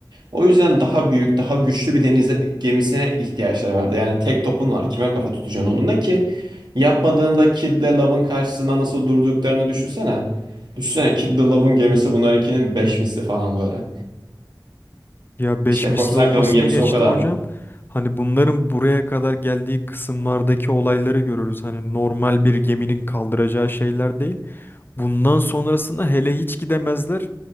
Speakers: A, on the right; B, on the left.
A: O yüzden daha büyük, daha güçlü bir deniz gemisine ihtiyaçları vardı. Yani tek topun var. Kime kafa tutacaksın onunla ki? Yapmadığında Kid'le Love'ın karşısında nasıl durduklarını düşünsene. Düşünsene Kid'le Love'ın gemisi bunlarınkinin 5 misli falan böyle.
B: Ya beş
A: İşte
B: misli
A: Korsan
B: olmasını
A: Kral'ın gemisi
B: geçtim
A: o kadar
B: hocam.
A: mı?
B: Hani bunların buraya kadar geldiği kısımlardaki olayları görürüz. Hani normal bir geminin kaldıracağı şeyler değil. Bundan sonrasında hele hiç gidemezler.